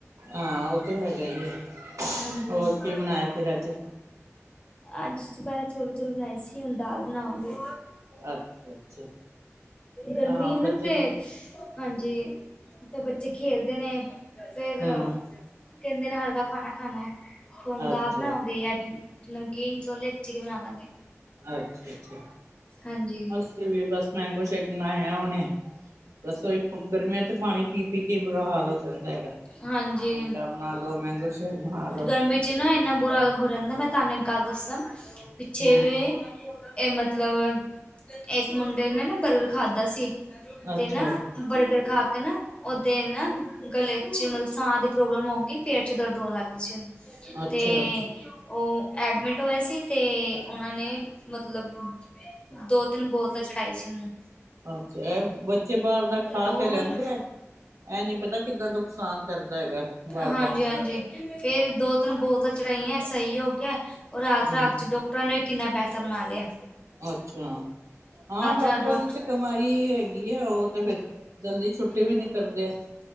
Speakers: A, on the right; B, on the left.
A: ਹਾਂ ਓ ਤੇ ਹੈਗਾ ਈ ਐ
B: ਹਾਂਜੀ
A: ਹੋਰ ਕੇ ਬਣਾਇਆ ਫੇਰ ਅੱਜ?
B: ਅੱਜ ਦੈਪੈਰਾ ਚੌਲ-ਚੋਲ ਬਣਾਏ ਸੀ ਹੁਣ ਦਾਲ ਬਣਾਵਾਂਗੇ।
A: ਅੱਛਾ ਅੱਛਾ
B: ਗਰਮੀ
A: ਹਾਂ
B: ਐ ਨਾ
A: ਬੱਚੇ
B: ਤੇ
A: ਦੇ ਹਮ
B: ਹਾਂਜੀ ਤੇ ਬੱਚੇ ਖੇਲਦੇ ਨੇ ਫੇਰ
A: ਹਾਂ
B: ਕੇੰਦੇ ਨੇ ਹਲਕਾ ਖਾਨਾ ਖਾਣਾ। ਹੁਣ ਦਾਲ
A: ਅੱਛਾ
B: ਬਨਾਵਾਂਗੇ ਯਾ ਨਮਕੀਨ ਛੋਲੇ ਇੱਕ ਚੀਜ ਬਣਾਲਾਂਗੇ।
A: ਅੱਛਾ-ਅੱਛਾ
B: ਹਾਂਜੀ।
A: ਅਸੀਂ ਵੀ ਬਸ ਮੈਂਗੋ ਸ਼ੇਕ ਬਣਾਯਾ ਹੁਣੇ। ਬਸ ਓਹੀ ਗਰਮੀਆਂ ਚ ਪਾਣੀ ਪੀ-ਪੀ ਕੇ ਈ ਬੁਰਾ ਹਾਲ ਹੋ ਜਾਂਦਾ ਹੈਗਾ।
B: ਹਾਂਜੀ
A: ਠੰਡਾ ਬਣਾ ਲੋ, ਮੈਂਗੋ ਸ਼ੇਕ ਬਣਾ ਲੋ,
B: ਗਰਮੀ ਚ ਨਾ ਏਨਾ ਬੁਰਾ ਹਾਲ ਹੋ ਜਾਂਦਾ ਮੈਂ ਤਾਂਨੂੰ ਇੱਕ ਗੱਲ ਦਸਾ ਪਿੱਛੇ
A: ਹੂੰ
B: ਵੇ ਏ ਮਤਲਬ ਇੱਕ ਮੁੰਡੇ ਨੇ ਨਾ ਬਰਗਰ ਖਾਧਾ ਸੀ
A: ਅੱਛਾ।
B: ਤੇ ਨਾ ਬਰਗਰ ਖਾਕੇ ਨਾ ਓਦੇ ਨਾ ਗਲੇ ਚ ਮਤਲਬ ਸਾਂ ਦੀ ਪ੍ਰੋਬਲਮ ਹੋਗੀ ਪੇਟ ਚ ਦਰਦ ਹੋਣ ਲੱਗ ਗੀ ਸੀ
A: ਅੱਛਾ,
B: ਤੇ ਓ ਐਡਮੇਟ ਹੋਇਆ ਸੀ ਤੇ ਓਨਾਂ ਨੇ ਮਤਲਬ ਦੋ-ਤਿੰਨ ਬੋਤਲਾਂ ਚੜਾਈ ਸੀ ਓਨੂੰ।
A: ਅੱਛਾ ਐ ਬੱਚੇ ਬਾਰ ਦਾ ਖਾ
B: ਹੋਰ
A: ਤੇ ਲੈਂਦੇ ਐ, ਐ ਨੀ ਪਤਾ ਕਿੱਨਾ ਨੁਕਸਾਨ ਕਰਦਾ ਹੈਗਾ ਬਾਹਰ
B: ਹਾਂਜੀ-ਹਾਂਜੀ।
A: ਦਾ
B: ਫੇਰ ਦੋ-ਤਿੰਨ ਬੋਤਲਾਂ ਚੜਾਈਆਂ ਸਈ ਹੋ ਗਯਾ ਓ ਰਾਤ-
A: ਹੂੰ
B: ਰਾਤ ਚ ਡੋ ਕਟਰਾ ਨੇ ਕਿੰਨਾ ਪੈਸਾ ਬਣਾ ਲਯਾ।
A: ਅੱਛਾ। ਹਾਂ ਡੋਕਟਰਾਂ
B: ਰਾਤ ਡਾਕਟਰ
A: ਦੀ ਤੇ ਕਮਾਈ ਹੈਗੀ ਐ ਓ ਤੇ ਫਿਰ ਜਲਦੀ ਛੁੱਟੀ ਵੀ ਨੀ ਕਰਦੇ।